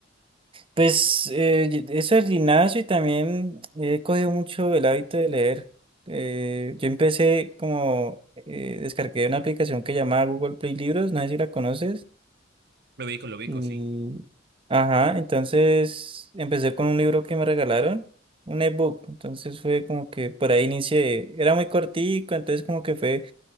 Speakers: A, on the right (about 30°); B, on the right (about 60°).
A: Pues eh, y- eso del gimnasio y también he cogido mucho el hábito de leer. Eh, yo empecé como, eh, descargué una aplicación que llamaba Google Play Libros, no sé si la conoces.
B: Lo ubico, lo ubico,
A: Y,
B: sí,
A: ajá, entonces empecé con un libro que me regalaron, un ebook. Entonces fue como que por ahí inicié. Era muy cortico, entonces como que fue